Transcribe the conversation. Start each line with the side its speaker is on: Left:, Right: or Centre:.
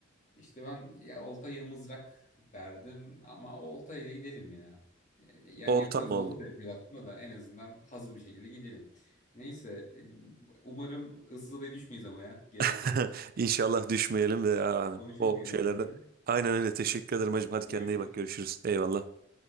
Left: İşte ben ya olta ya mızrak derdim ama olta ile gidelim ya. E, Yani
Right: Olta
Left: yaparız
Right: mı
Left: olta
Right: oldu?
Left: da yaparız aslında da en azından hazır bir şekilde gidelim. Neyse e, umarım ıssız adaya düşmeyiz ama ya gerek
Right: <laughs>
Left: yok.
Right: İnşallah düşmeyelim ve yani
Left: Konuşuruz
Right: o
Left: yine
Right: şeylerden.
Left: bunları.
Right: Aynen öyle.
Left: hı.
Right: Teşekkür ederim hacım.
Left: Hadi
Right: Hadi kendine
Left: görüşürüz.
Right: iyi bak. Görüşürüz. Eyvallah.